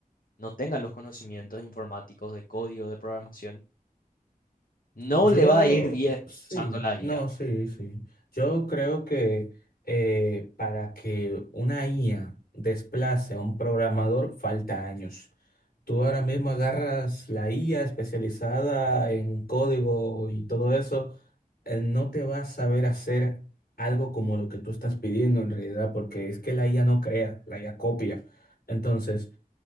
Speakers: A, on the left; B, on the left.
A: no tenga los conocimientos informáticos de código, de programación, no
B: Yo,
A: le va a ir bien
B: sí,
A: usando la
B: no,
A: IA.
B: sí, sí. Yo creo que eh, para que una IA desplace a un programador falta años. Tú ahora mismo agarras la IA especializada en código y todo eso, eh, no te va a saber hacer algo como lo que tú estás pidiendo en realidad, porque es que la IA no crea, la IA copia. Entonces,